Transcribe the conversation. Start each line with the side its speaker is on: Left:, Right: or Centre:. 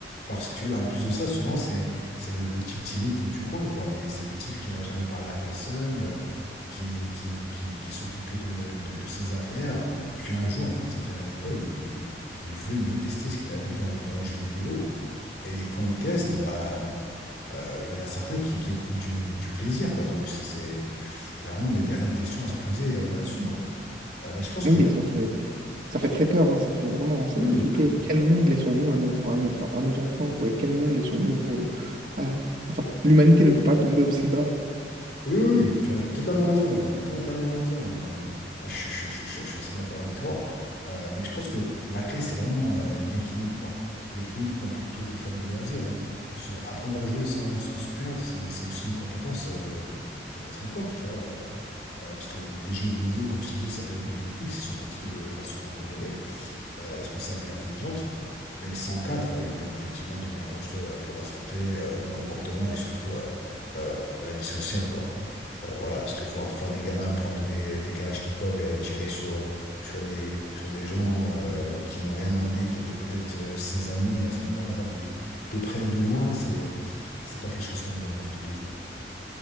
Left: Parce que, en plus de ça, souvent, c'est, c'est le, le type timide du coin, quoi. Et c'est le type qui n'a jamais parlé à personne, euh, qui, qui, qui, qui s'occupe que de, de, de ses affaires. Puis un jour, en fait, il vient à l'école et il, il veut, il veut tester ce qu'il a vu dans, dans les jeux vidéo. Et quand ils testent, bah, euh, il y en a certains qui, qui éprouvent du, du plaisir, quoi. Donc, c'est c'est- c'est vraiment des, des réelles questions à se poser euh, là-dessus, quoi. Euh, mais je pense
Right: Oui,
Left: que
Right: et ça fait, Ça fait très peur, hein, ça fait vraiment, ça
Left: oui,
Right: fait
Left: oui.
Right: flipper. Quel monde laissons-nous à notre, à notre, à nos enfants, quoi, et quel monde laissons-nous au- à- enfin, l'humanité ne peut pas tomber aussi bas.
Left: Oui, oui, oui, tu as totalement raison, tu as totalement raison, à mon avis. Moi, je, je- je- je- je suis assez d'accord avec toi. Euh, mais je pense que la clé, c'est vraiment euh, l'équilibre, quoi. L'équilibre, comme pour toutes les formes de loisirs, hein. C'est apprendre à jouer sans, sans se perdre, c'est, c'est aussi une compétence euh, de, de- de notre époque, tu vois. euh, euh, parce que les, les jeux vidéo, comme je t'ai dit, ça peut être bénéfique s'ils sont pratiqués de façon euh, modérée euh, responsable et intelligente, mais sans cadre, il peut effectivement devenir dangereux euh, pour la santé, euh, le comportement et surtout euh, euh, la vie sociale, quoi. Euh, voilà, parce que voir, voir des gamins prendre des, des kalachnikovs et aller tirer sur, euh, sur des, sur des gens euh, qui n'ont rien demandé, qui étaient peut-être euh, ses amis à ce moment-là, ou de près ou de loin, c'est, c'est pas quelque chose qu'on aimerait voir tous les jours.